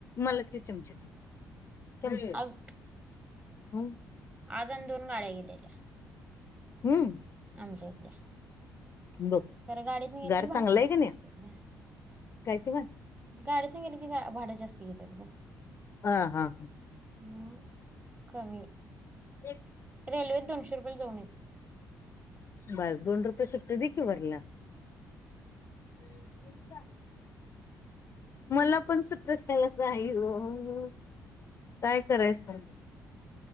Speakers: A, on the left (about 40°); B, on the right (about 20°).
A: मला ते चमचे दे.
B: आज
A: <unintelligible>
B: आज आणि दोन गाड्या गेल्या त्या.
A: हं?
B: आमच्या इथल्या.
A: बघ.
B: खर गाडीतन गेले
A: गार
B: की भाडे
A: चांगला
B: जास्त
A: आहे का नाही
B: घेत्या ते.
A: काय तेव्हा?
B: गाडीतन गेली की जा भाड जास्त घेतात ग.
A: हा हा
B: मग. कमी.
A: एक
B: रेल्वत दोनशे रुपयाला जाऊ येत.
A: बर, दोन रुपय सुट्ट देकी वरल. <unintelligible> मला पण सुट <unintelligible> नाही हो. काय करायचं साग?